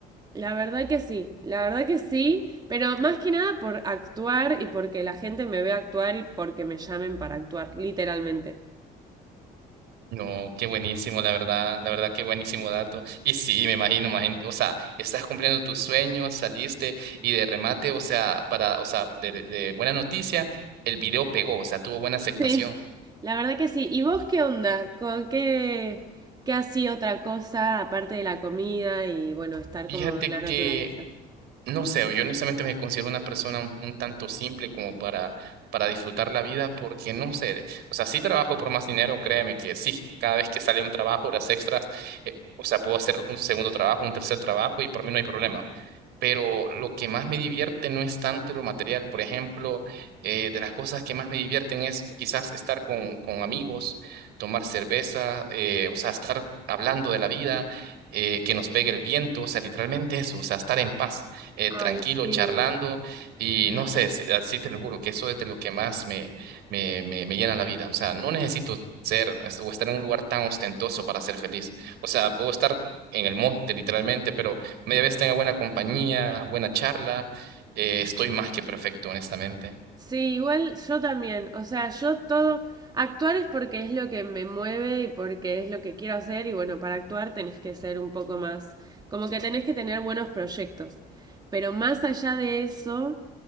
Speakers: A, on the right (about 25°); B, on the right (about 80°).
A: La verdad que sí, la verdad que sí, pero más que nada por actuar y porque la gente me vea actuar y porque me llamen para actuar, literalmente.
B: No, qué buenísimo, la verdad, la verdad, qué buenísimo dato. Y sí, me imagino, imagino, o sea, estás cumpliendo tus sueños, saliste y de remate, o sea, para, o sea, de, de de buena noticia, el video pegó, o sea, tuvo buena aceptación.
A: Sí, la verdad que sí. ¿Y vos qué onda? ¿Con qué, qué así otra cosa aparte de la comida y bueno, estar
B: Fíjate
A: como en la naturaleza?
B: que No sé, yo honestamente me considero una persona un, un tanto simple como para, para disfrutar la vida, porque no sé, o sea, sí trabajo por más dinero, créeme que sí, cada vez que sale un trabajo, horas extras, eh, o sea, puedo hacer un segundo trabajo, un tercer trabajo y por mí no hay problema. Pero lo que más me divierte no es tanto lo material, por ejemplo, eh, de las cosas que más me divierten es quizás estar con, con amigos, tomar cerveza, eh, o sea, estar hablando de la vida, eh, que nos pegue el viento, o sea, literalmente eso, o sea, estar en paz eh, tranquilo,
A: Ay, sí.
B: charlando y no sé, si- así te lo juro, que eso es de lo que más me, me, me, me llena la vida. O sea, no necesito ser es- o estar en un lugar tan ostentoso para ser feliz. O sea, puedo estar en el monte literalmente, pero media vez tenga buena compañía, buena charla, eh, estoy más que perfecto, honestamente.
A: Sí, igual yo también. O sea, yo todo, actuar es porque es lo que me mueve y porque es lo que quiero hacer y bueno, para actuar tenés que ser un poco más, como que tenés que tener buenos proyectos. Pero más allá de eso,